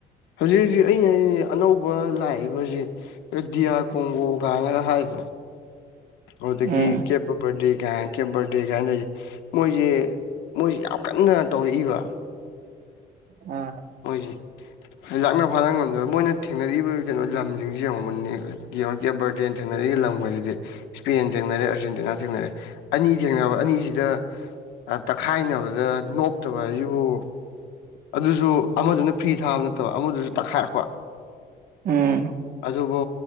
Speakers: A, on the left (about 85°); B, on the right (about 60°).
A: ꯍꯧꯖꯤꯛ ꯍꯧꯖꯤꯛ ꯑꯩꯅ ꯍꯥꯏ ꯑꯅꯧꯕ ꯂꯥꯛꯏꯕꯁꯤꯡ ꯗꯤꯌꯥ ꯀꯣꯡꯒꯣ ꯀꯥꯏꯅꯒ ꯍꯥꯏꯗꯣ ꯑꯗꯨꯗꯒꯤ
B: ꯎꯝ
A: ꯕꯔꯗꯦ ꯀꯥꯏꯅ ꯀꯦꯝꯕꯔꯗꯦ ꯀꯥꯏꯅ ꯂꯩꯁꯦ ꯃꯣꯏꯁꯦ ꯃꯣꯏꯁꯦ ꯌꯥꯝ ꯀꯟꯅ ꯇꯧꯔꯛꯏꯕ
B: ꯑꯝ
A: ꯃꯣꯏꯁꯤ ꯂꯥꯛꯅ ꯐꯥꯅ ꯉꯝꯗꯕ ꯃꯣꯏꯅ ꯊꯦꯡꯅꯔꯤꯕ ꯀꯩꯅꯣ ꯂꯝꯁꯤꯡꯁꯦ ꯌꯦꯡꯉꯣ ꯃꯨꯟꯅ ꯌꯦꯡꯉꯣ ꯌꯥꯕꯔꯗꯦꯟ ꯊꯦꯡꯅꯔꯛꯂꯤ ꯂꯝꯒꯁꯤꯗꯤ ꯏꯁꯄꯦꯟ ꯊꯦꯡꯅꯔꯦ ꯑꯥꯔꯖꯦꯟꯇꯤꯅꯥ ꯊꯦꯡꯅꯔꯦ ꯑꯅꯤ ꯊꯦꯡꯅꯕ ꯑꯅꯤꯁꯤꯗ ꯇꯛꯈꯥꯏꯅꯕꯗ ꯅꯣꯛꯇꯕ ꯍꯥꯏꯁꯤꯕꯨ ꯑꯗꯨꯁꯨ ꯑꯃꯗꯨꯅ ꯐꯤꯔ ꯊꯥꯕ ꯅꯠꯇꯕ ꯑꯃꯗꯨꯁꯨ ꯇꯛꯈꯥꯏꯔꯛꯄ
B: ꯎꯝ
A: ꯑꯗꯨꯕꯨ